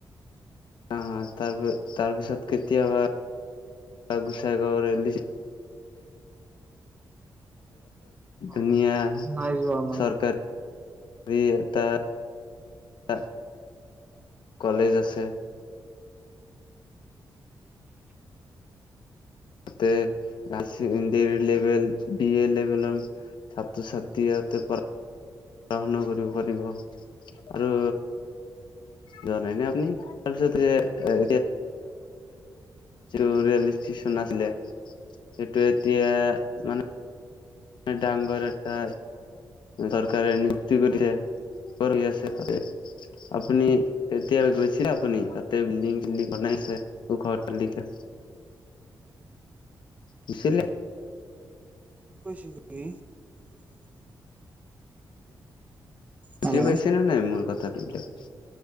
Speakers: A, on the left; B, on the right.
A: অ' তাৰ তাৰপিছত কেতিয়াবা গুচাই গাঁৱৰে <inaudible>
B: অ
A: ধুনীয়া
B: নাই যোৱা মই
A: চৰকাৰী এটা এটা কলেজ আছে। ততে high secondary level, B A লেভেলৰ ছাত্ৰ - ছাত্ৰী ইয়াতে পৰ গ্ৰহন কৰিব পাৰিব আৰু যোৱা নাই ন আপুনি তাৰপিছত এ <inaudible> যিটো ৰেল ষ্টেচন আছিলে, সেইটো এতিয়া মানে ডাঙৰ এটা চৰকাৰে নিযুক্তি কৰিছে। কৰি আছে তাতে। আপুনি এতিয়া গৈছে আপুনি তাতে বিল্ডিং - চিল্ডিং বনাই আছে। তোৰ ঘৰত পালি এতিয়া। নিছি লে
B: কৈছো কি
A: বুজি
B: হেল্ল'
A: পাইছে নে নাই মোৰ কথাটোবিলাক?